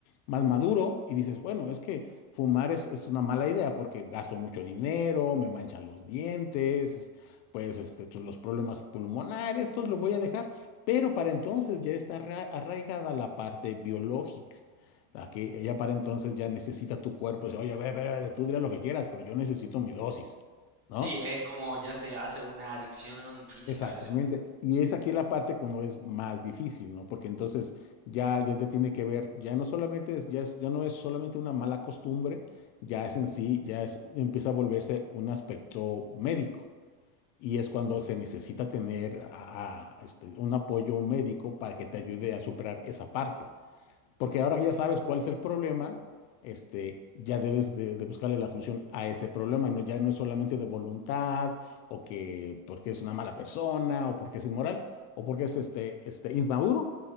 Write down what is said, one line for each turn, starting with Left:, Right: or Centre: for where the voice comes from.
Left: más maduro y dices, bueno, es que fumar es, es una mala idea porque gasto mucho dinero, me manchan los dientes, es- pues este, pues, los problemas pulmonares, entonces lo voy a dejar. Pero para entonces ya está arra- arraigada la parte biológica. La que ya para entonces ya necesita tu cuerpo, dice, oye, a ver, a ver, a ver, tú dirás lo que quieras, pero yo necesito mi dosis, ¿no?
Right: Sí, es como ya se hace una adicción física
Left: Exactamente.
Right: a ese punto.
Left: Y es aquí la parte cuando es más difícil, ¿no? Porque entonces ya, ya, ya tiene que ver, ya no solamente es, ya es- ya no es solamente una mala costumbre, ya es en sí, ya es, empieza a volverse un aspecto médico. Y es cuando se necesita tener a- a- este, un apoyo médico para que te ayude a superar esa parte. Porque ahora que ya sabes cuál es el problema, este, ya debes de, de buscarle la solución a ese problema. No, ya no es solamente de voluntad, o que porque es una mala persona, o porque es inmoral, o porque es este, este, inmaduro.